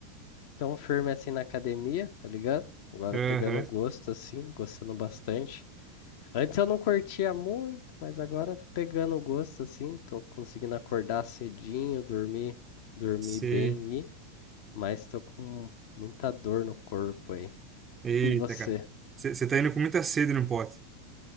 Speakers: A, on the left (about 55°); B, on the right (about 20°).
A: tão firme assim na academia, tá ligado? Agora
B: Aham,
A: pegando o gosto assim, gostando bastante. Antes eu não curtia muito, mas agora tô pegando o gosto assim, tô conseguindo acordar cedinho, dormir, dormir
B: sei.
A: bem mas tô com muita dor no corpo aí.
B: Eita,
A: E você?
B: cara. Você tá indo com muita sede no pote.